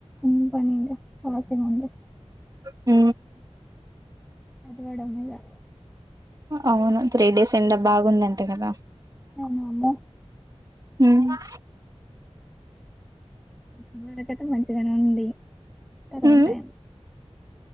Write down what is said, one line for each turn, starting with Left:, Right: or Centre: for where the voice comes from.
Centre: ఉ పనిడి మస్తే ముంది
Right: హ
Centre: అదివాడం అమ్యా
Right: అవును త్రీ డేస్ ఎం బాగుందంటే కదా
Centre: అనా అమ్మో
Right: హ
Centre: ఇ వరకతే మంచిగానే ఉంది తర్వాతాడి
Right: ఉమ్